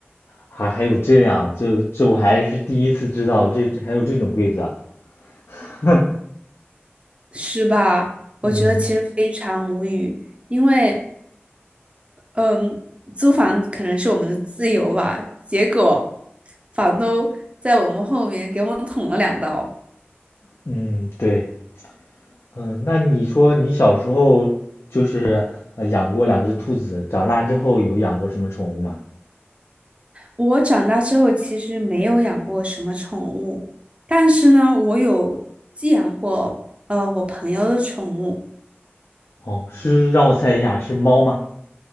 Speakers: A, on the left; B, on the right.
A: 啊，还有这样，这这我还是第一次知道，这这还有这种规则啊。<laughs>
B: 是吧？
A: 嗯
B: 我觉得其实非常无语，因为。嗯，租房可能是我们的自由吧，结果房东在我们后面给我们捅了两刀。
A: 嗯，对，嗯，那你说你小时候就是呃养过两只兔子，长大之后有养过什么宠物吗？
B: 我长大之后其实没有养过什么宠物，但是呢，我有寄养过呃我朋友的宠物，
A: 哦，是让我猜一下，是猫吗？